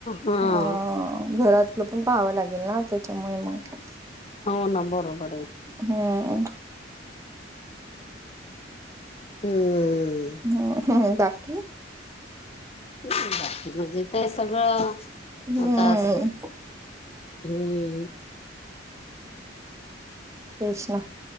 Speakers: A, on the left; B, on the right.
A: हा
B: अ घरातलं पण पाहावं लागेल ना त्याच्यामुळे म्हंटल.
A: हो ना बरोबर आहे.
B: हम्म
A: हम्म
B: म हं हं बाकी.
A: नाही बाकी म्हणजे ते सगळं
B: हम्म
A: होतात. हम्म.
B: तेच ना.